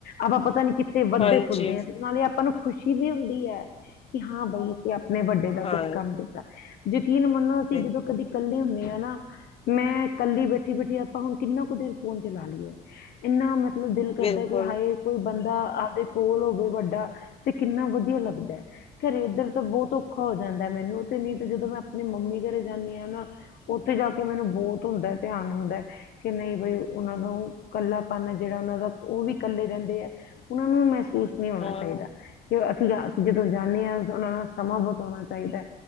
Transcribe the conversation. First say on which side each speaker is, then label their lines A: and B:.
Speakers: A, on the left; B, on the left.
A: ਆਪਾਂ ਪਤਾ ਨੀ ਕਿੱਥੇ ਵੱਧਦੇ-ਫੁੱਲਦੇ
B: ਹਾਂਜੀ
A: ਹੈ ਤੇ ਨਾਲੇ ਆਪਾਂ ਨੂੰ ਖੁਸ਼ੀ ਵੀ ਹੁੰਦੀ ਹੈ ਕਿ ਹਾਂ ਬਈ ਕਿ ਨੇ ਵੱਡੇ ਦਾ
B: ਹਾਂ
A: ਕੁੱਛ ਕੰਮ ਕੀਤਾ। ਯਕੀਨ ਮੰਨੋ ਅਸੀਂ
B: ਬਿਲਕੁਲ
A: ਜਦੋਂ ਕਦੇ ਹੁੰਨੇ ਆ ਨਾ ਮੈਂ ਕੱਲੀ ਬੈਠੀ-ਬੈਠੀ ਆਪਾਂ ਹੁਣ ਕਿੰਨਾ ਕੁ ਦੇਰ ਫੋਨ ਚਲਾ ਲਈਏ, ਇੰਨਾ ਮਤਲਬ ਨੂੰ ਦਿਲ ਕਰਦਾ
B: ਬਿਲਕੁਲ
A: ਕਿ ਹਾਏ ਕੋਈ ਬੰਦਾ ਦੇ ਕੋਲ ਹੋਵੇ ਵੱਡਾ ਤੇ ਕਿੰਨਾ ਵਧੀਆ ਲੱਗਦਾ, ਘਰੇ ਇੱਧਰ ਤਾਂ ਬਹੁਤ ਔਖਾ ਹੋ ਜਾਂਦਾ ਮੈਨੂੰ। ਉਹ ਤੇ ਨੀ ਤੇ ਜਦੋਂ ਮੈਂ ਆਪਣੀ ਮੰਮੀ ਘਰੇ ਜਾਂਨੀ ਆ ਨਾ ਉੱਥੇ ਜਾ ਕੇ ਮੈਨੂੰ ਬਹੁਤ ਹੁੰਦਾ ਧਿਆਨ ਹੁੰਦਾ ਕਿ ਨਹੀਂ ਬਈ ਉਹਨਾਂ ਨੂੰ ਕੱਲਾਪਨ ਜਿਹੜਾ ਉਹਨਾਂ ਦਾ ਉਹ ਵੀ ਇਕੱਲੇ ਰਹਿੰਦੇ ਏ ਉਹਨਾਂ ਨੂੰ ਮਹਿਸੂਸ ਨਹੀਂ ਹੋਣਾ
B: ਹਾਂ
A: ਚਾਹੀਦਾ ਕਿ ਸੀਗਾ ਅਸੀਂ ਜਦੋਂ ਜਾਂਦੇ ਹਾਂ ਉਦ ਉਹਨਾਂ ਨਾਲ ਸਮਾਂ ਬਿਤਾਉਣਾ ਚਾਹੀਦਾ ਹੈ।